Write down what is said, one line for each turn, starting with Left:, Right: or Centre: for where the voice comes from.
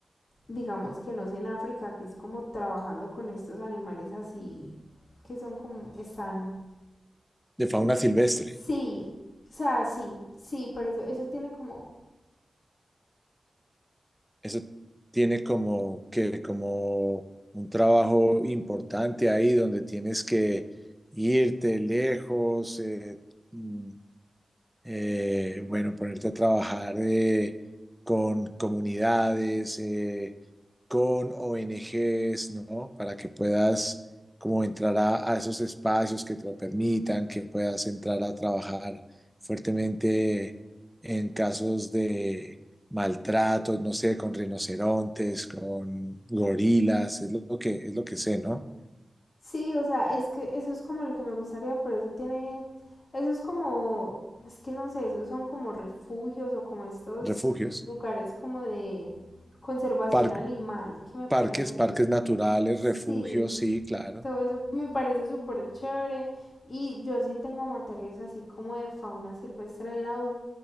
Left: digamos que no sé en África, que es como trabajando con estos animales así que son como están
Centre: de fauna
Left: es-
Centre: silvestre.
Left: Sí, o sea, sí, sí, pero eso, eso tiene como,
Centre: Eso tiene como que como un trabajo importante ahí donde tienes que irte lejos, eh, mm, eh, bueno, ponerte a trabajar eh, con comunidades, eh, con ONGs, ¿no? Para que puedas como entrar a, a esos espacios que te lo permitan, que puedas entrar a trabajar fuertemente en casos de maltrato, no sé, con rinocerontes, con gorilas, es lo que, es lo que sé, ¿no?
Left: sí, o sea, es que eso es como lo que me gustaría, pero eso tiene, eso es como, es que no sé, esos son como refugios o como estos
Centre: Refugios,
Left: lugares como de conservación
Centre: par-
Left: animal que me parecen,
Centre: parques, parques naturales,
Left: sí,
Centre: refugios, sí, claro.
Left: todo eso me parece súper chévere y yo sí tengo materias así como de fauna silvestre en la U,